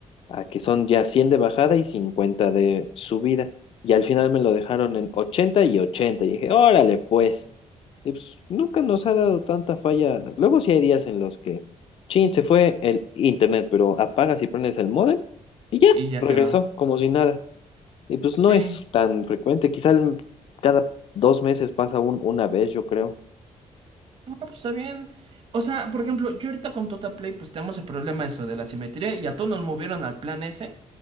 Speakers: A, on the left (about 50°); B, on the right (about 45°).
A: a que son ya 100 de bajada y 50 de subida. Y al final me lo dejaron en ochenta y ochenta Y dije, órale pues. Y pues nunca nos ha dado tanta falla. Luego sí hay días en los que, chin, se fue el internet, pero apagas y prendes el módem y ya,
B: Y ya
A: regresó
B: quedó.
A: como si nada. Y pues
B: Sí,
A: no es tan frecuente, quizá el- cada dos meses pasa un, una vez, yo creo.
B: no, pues está bien. O sea, por ejemplo, yo ahorita con Totaplay, pues tenemos el problema eso de la simetría y a todos nos movieron al plan ese